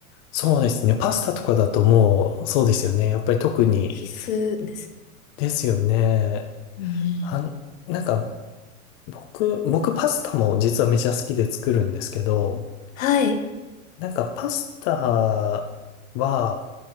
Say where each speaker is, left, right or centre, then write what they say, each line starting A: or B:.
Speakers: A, on the left (about 45°); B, on the left (about 70°).
A: そうですね。パスタとかだともう、そうですよね。やっぱり特に、
B: 必須です。
A: ですよね。
B: うん
A: あん、なんか、僕、僕パスタも実はめちゃ好きで作るんですけど、
B: はい。
A: なんかパスタは、